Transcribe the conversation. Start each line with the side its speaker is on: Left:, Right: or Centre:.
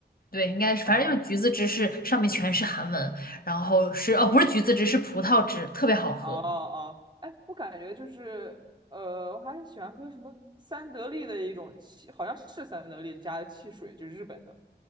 Left: 对，应该是，
Right: 哦，
Left: 反正就是橘子汁是上面全是韩文，然后是哦不是橘子汁是葡萄汁，特别好喝。
Right: 哦哦，哎，我感觉就是，呃，我还是喜欢喝什么三得利的一种汽，好像是三得利家的汽水，就是日本的。